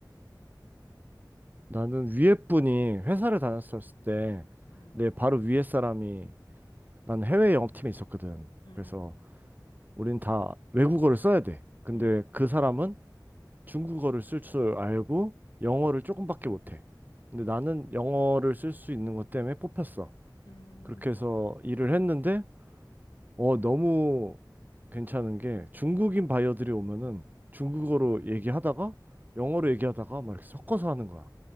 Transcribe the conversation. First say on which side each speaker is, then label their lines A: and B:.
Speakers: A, on the right; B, on the left.
A: 나는 위에 분이 회사를 다녔었을 때
B: 음,
A: 내 바로 위에 사람이 난 해외 영업팀에 있었거든.
B: 음,
A: 그래서
B: 음,
A: 우린 다 외국어를 써야 돼. 근데
B: 음,
A: 그 사람은 중국어를 쓸 줄 알고 영어를 조금밖에 못해. 근데 나는 영어를 쓸 수 있는 것 때문에 뽑혔어.
B: 음,
A: 그렇게
B: 음,
A: 해서
B: 음,
A: 일을 했는데 어 너무 괜찮은 게 중국인 바이어들이 오면은 중국어로 얘기하다가 영어로 얘기하다가 막 이렇게 섞어서 하는 거야.